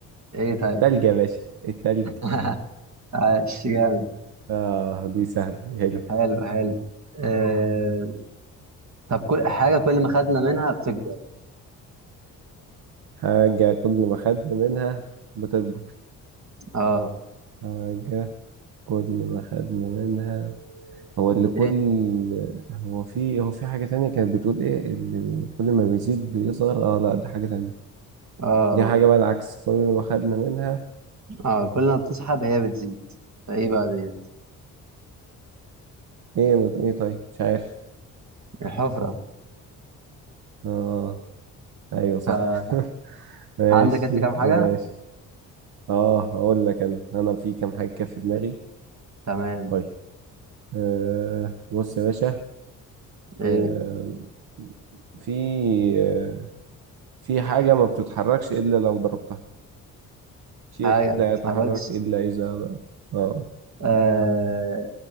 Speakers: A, on the right (about 40°); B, on the right (about 60°).
A: إيه طيب
B: تلج يا باشا التلج
A: <laughs> عاش جامد
B: اه دي سهلة دي حلو
A: حلو حلو آه. طب كل حاجة كل ما خدنا منها بتكبر
B: حاجة كل ما خدنا منها بتكبر
A: اه
B: حاجة كل ما خدنا منها هو
A: يعني
B: اللي كل
A: إيه
B: هو في هو في حاجة تانية كانت بتقول ايه اللي كل ما بيزيد بيصغر اه لا دي حاجة تانية
A: اه آه.
B: دي حاجة بقى العكس كل ما خدنا منها
A: اه كل ما بتسحب هي بتزيد فايه بقى ديت
B: ايه مت... ايه طيب مش عارف
A: الحفرة
B: اه ايوه صح
A: <laughs>
B: <laughs> ماشي
A: عندك انت كام
B: ماشي
A: حاجة؟
B: اه هقول لك انا انا في كام حاجه كده في دماغي
A: تمام
B: طيب آه بص يا باشا
A: ايه
B: آه في آه في حاجه ما بتتحركش الا لو ضربتها شيء
A: حاجة ما
B: لا يتحرك
A: تتحركش
B: الا اذا ضربت اه
A: آه